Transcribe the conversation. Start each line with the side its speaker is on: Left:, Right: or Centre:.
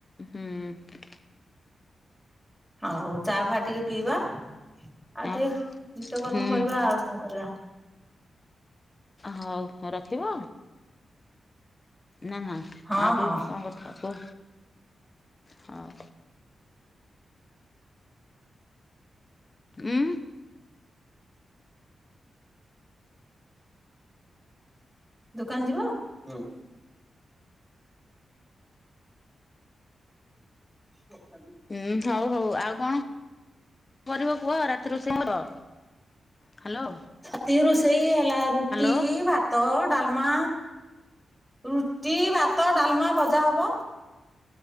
Left: ହୁଁ
Centre: ଆଉ ଚା ଫା ଟିକେ ପିଇବା ଆଉ
Left: ଆଉ
Centre: ଟିକେ ନିତ୍ୟକର୍ମ
Left: ହୁଁ।
Centre: କରିବା ଆଉ କଣ କରିବା।
Left: ହଉ ରଖିବ। ନା ନା
Centre: ହଁ
Left: ଆଉ
Centre: ହଁ
Left: ଟିକେ କଁ କଥା ହୁଅ, ହୋଉ। ଉଁ।
Centre: ଦୋକାନ ଯିବ ହୁଁ। <inaudible>
Left: ଉଁ ହଉ ହଉ ଆଉ କଣ କରିବ? କୁହ ରାତି ରୋଷେଇ ହବ, ହ୍ୟାଲୋ।
Centre: ତି ରୋଷେଇ ହେଲା ରୁଟି
Left: ହ୍ୟାଲୋ
Centre: ଭା ଭାତ ଡାଲମା ରୁଟି ଭାତ ଡାଲମା ଭଜା ହବ‌।